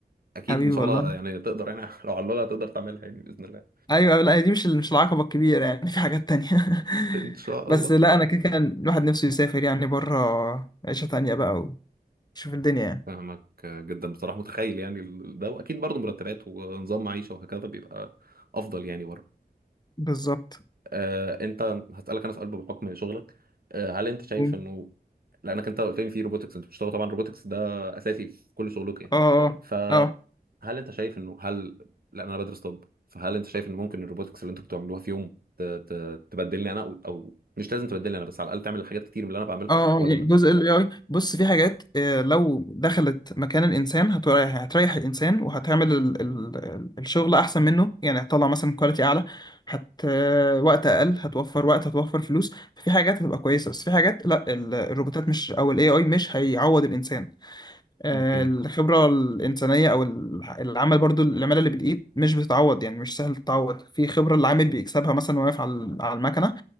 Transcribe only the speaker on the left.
حبيبي
والله
ايوه لا دي مش مش العقبه الكبيره يعني في حاجات تانية <laughs>
بس
لا انا كده كان الواحد نفسه يسافر يعني بره عيشه تانية بقى ويشوف الدنيا يعني
بالظبط
اه
اه
اه
اه
آه، يعني جزء ال AI بص في حاجات آه، لو دخلت مكان الانسان هتريح هتريح الانسان وهتعمل ال ال الشغل احسن منه يعني هتطلع مثلا كواليتي اعلى هت آه، وقت اقل هتوفر وقت هتوفر فلوس في حاجات هتبقى كويسه بس في حاجات لا ال- الروبوتات مش او الاي اي مش هيعوض الانسان آه،
الخبرة الإنسانية أو الح- العمل برضو العمالة اللي بالإيد مش بتتعوض يعني مش سهل تتعوض في خبرة العامل بيكسبها مثلا وهو واقف على على المكنة